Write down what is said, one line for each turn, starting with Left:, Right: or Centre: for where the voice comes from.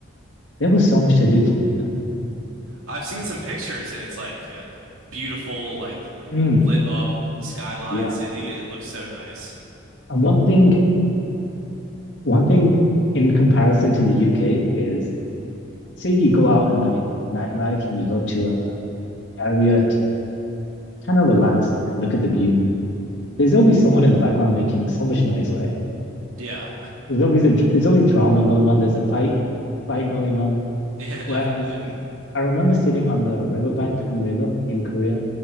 Left: There was so much to do for me though.
Right: I've seen some pictures and it's like a beautiful, like lit
Left: Mm,
Right: up skyline
Left: yeah.
Right: city. It looks so nice.
Left: And one thing, one thing in comparison to the UK is say you go out at night, nightlife, and you go to a area to kind of relax and look at the view. There's always someone in the background making so much noise, right?
Right: Yeah.
Left: There's always a there's always drama going on. There's a fight, fight going on.
Right: Yeah, definitely.
Left: Whereas I remember sitting on the riverbank, Han River in Korea,